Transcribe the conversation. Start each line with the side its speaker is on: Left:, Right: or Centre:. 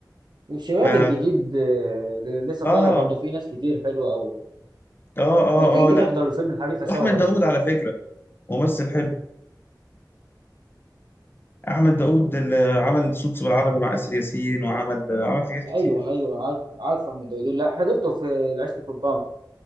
Right: والشباب
Left: ف اه
Right: الجديد آه، ل- لسه
Left: اه
Right: طالع برضه في ناس كتير حلوه قوي
Left: اه
Right: ما تيجي
Left: اه لا
Right: نحضر
Left: دي حقيقة.
Right: الفيلم الحريفه سوا
Left: واحمد
Right: طيب
Left: داوود على فكره ممثل حلو احمد داوود اللي عمل صوت بالعربي مع اسر ياسين وعمل عمل حاجات كتير
Right: ايوه ايوه عارف عارف احمد داوود لا حضرته في العشق في